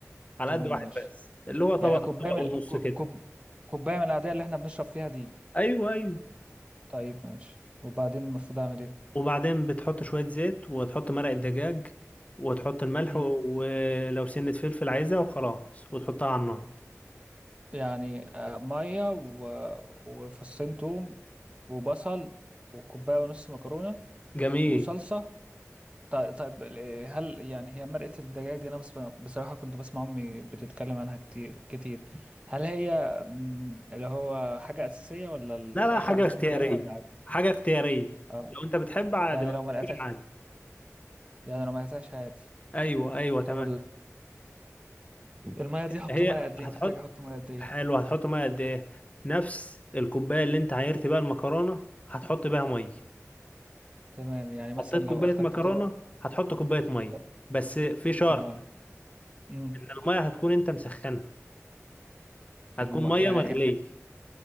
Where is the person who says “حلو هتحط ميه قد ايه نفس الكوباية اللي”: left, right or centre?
Left